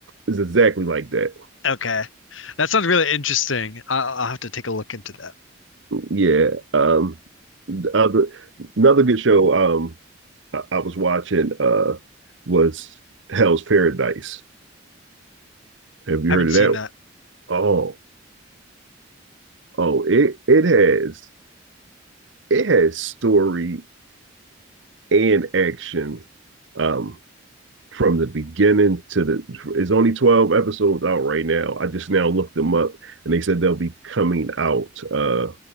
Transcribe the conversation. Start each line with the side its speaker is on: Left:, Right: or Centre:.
Right: it's exactly like that.
Left: Okay. That sounds really interesting. I I'll have to take a look into that.
Right: Yeah. Um, the other another good show um I, I was watching uh was Hell's Paradise. Have you
Left: haven't
Right: heard of
Left: seen
Right: that?
Left: that.
Right: Oh, oh, it it has it has story and action. Um, from the beginning to the it's only 12 episodes out right now i just now looked them up and they said they'll be coming out uh